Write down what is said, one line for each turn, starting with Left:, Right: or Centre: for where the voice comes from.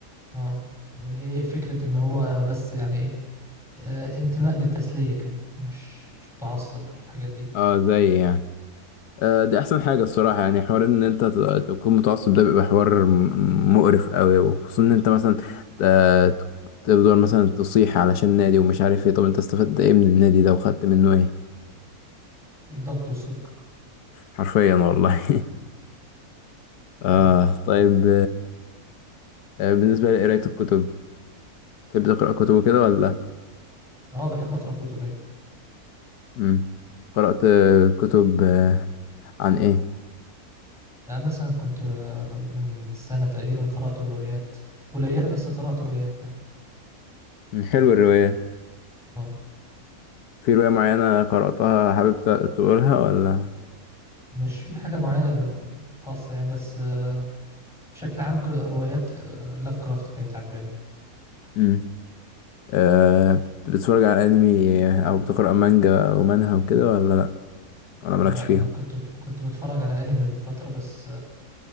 Centre: اه يعني هي فكرة ان هو بس يعني ايه آه، انتماء للتسلية كده مش مش متعصب الحاجات دي
Left: أه زي يعني آه دي أحسن حاجة الصراحة يعني حوار إن أنت ت- تكون متعصب ده بيبقى حوار م- مقرف أوي وخصوصا إن أنت مثلا ت- تفضل مثلا تصيح علشان نادي ومش عارف إيه طب أنت استفدت إيه من النادي ده وخدت منه إيه؟
Centre: الضغط والسكر
Left: حرفيا والله <laughs> آه
Centre: مم.
Left: طيب آه بالنسبة لقراية الكتب تحب تقرأ كتب وكده ولا؟
Centre: اه بحب اقرا كتب ايوه
Left: مم. قرأت آه، كتب آه، عن إيه؟
Centre: آه، مثلا كنت آه، من سنة تقريبا قرأت روايات قليلة بس قرأت روايات يعني
Left: مم. حلو الروايات
Centre: اه
Left: في رواية معينة قرأتها حابب ت- تقولها ولا
Centre: مش في حاجة معينة خاصة يعني بس آه، بشكل عام ك- روايات لاف كرافت كانت عجباني
Left: مم. أه بتتفرج على أنمي أو بتقرأ مانجا أو منهوا وكده ولا لأ ولا مالكش
Centre: لا
Left: فيهم
Centre: انا كنت كنت متفرج على انمي من فترة بس آه،